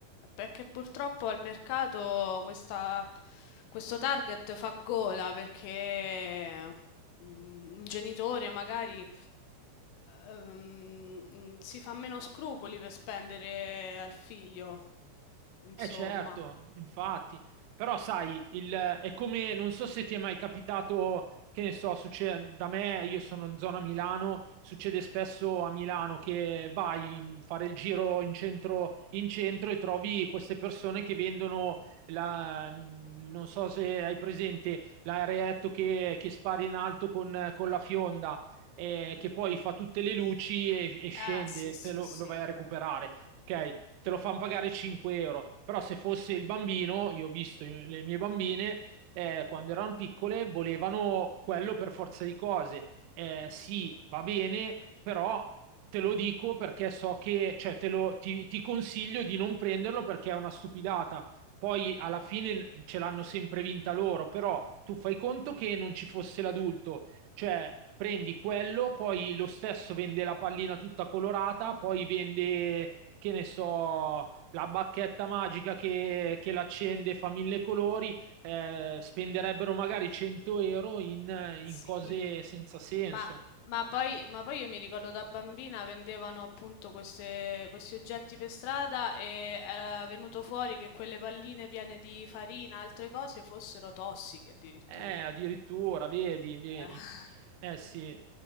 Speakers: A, on the left (about 85°); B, on the right (about 75°).
A: perché purtroppo al mercato questa, questo target fa gola perché mm, un genitore magari ehm, mm, si fa meno scrupoli per spendere al figlio, insomma.
B: Eh certo, infatti, però sai, il, è come, non so se ti è mai capitato, che ne so, succede, da me, io sono in zona Milano, succede spesso
A: Mhm.
B: a Milano che vai a fare il giro in centro, in centro e trovi queste persone che vendono, la, non so se hai presente, l'aereetto che, che spari in alto con, con la fionda, eh, che poi fa tutte le luci e, e scende,
A: Ah, sì, sì,
B: te lo
A: sì.
B: lo vai a recuperare. Ok, te lo fanno pagare 5 euro. Però se fosse il bambino, io ho visto le mie bambine, eh, quando erano piccole,
A: Mhm.
B: volevano quello per forza di cose. Eh, sì, va bene, però te lo dico perché so che, cioè, te lo, ti, ti consiglio di non prenderlo perché è una stupidata. Poi alla fine
A: Mhm.
B: ce l'hanno sempre vinta loro, però tu fai conto che non ci fosse l'adulto, cioè prendi quello, poi lo stesso vende la pallina tutta colorata,
A: Mhm.
B: poi vende che ne so, la bacchetta magica che, che l'accende fa mille colori, eh, spenderebbero magari 100 euro in,
A: Sì.
B: in cose senza senso.
A: Ma, ma poi, ma poi io mi ricordo da bambina vendevano appunto queste- questi oggetti per strada e era venuto fuori che quelle palline piene di farina, e altre cose fossero tossiche addirittura.
B: Eh, addirittura, vedi,
A: <laughs>
B: vedi.
A: Eh.
B: Eh sì.